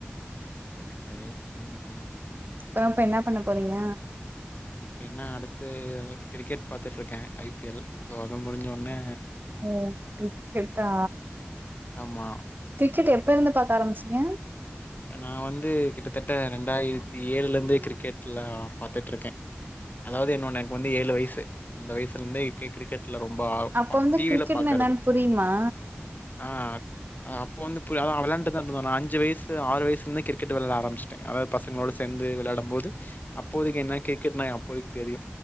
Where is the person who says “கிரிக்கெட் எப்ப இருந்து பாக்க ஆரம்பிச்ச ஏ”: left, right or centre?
Right